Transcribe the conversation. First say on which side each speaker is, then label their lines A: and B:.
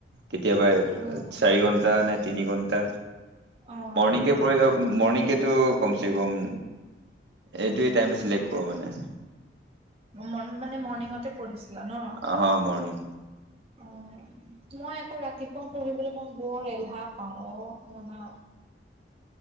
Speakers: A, on the right (about 70°); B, on the right (about 30°).
A: কেতিয়াবা
B: অ'।
A: চাৰি ঘন্টা নে তিনি ঘণ্টা
B: অ', অ',
A: মৰ্ণিং কৰি হ মৰ্ণিং কে ত কমচেকম এইটোয়ে টাইম চিলেক্ট কৰো মানে
B: মৰ্নিং মানে মৰ্ণিংতে পঢ়িছিলা ন
A: অ মৰ্ণিং
B: অ মই আকৌ ৰাতিপুৱা পঢ়িবলৈ মই বৰ এলাহ পাও অ মানে